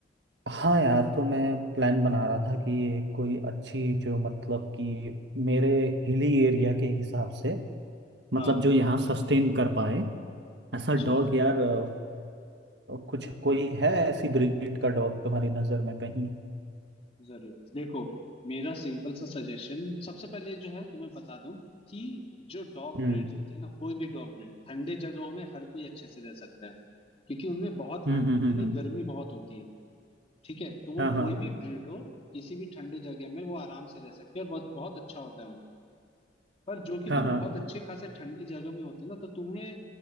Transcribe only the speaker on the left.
हाँ
अच्छा
जरूर देखो मेरा सिंपल सा सजेशन सबसे पहले जो है तुम्हें बता दूं कि जो डॉग
ब्रीड्स होती है ना कोई भी डॉग ब्रीड ठंडे जगहों में हर कोई अच्छे से रह सकता है क्योंकि उनमें बहुत
अंदरूनी
गर्मी बहुत होती है ठीक है तो वो
कोई भी ब्रीड हो किसी भी ठंडे जगह में वो आराम से रह सकती है और बहुत बहुत अच्छा होता है उनका पर जो कि
तुम
बहुत अच्छे खासे ठंडी जगह में होते ना तो तुम्हें